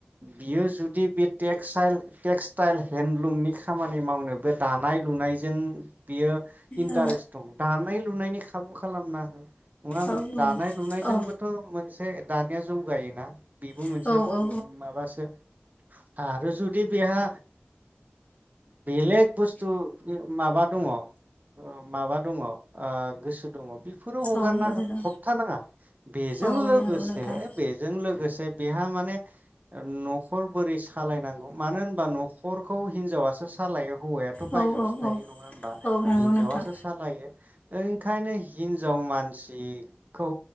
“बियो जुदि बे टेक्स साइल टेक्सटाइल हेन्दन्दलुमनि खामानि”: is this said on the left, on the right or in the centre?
Right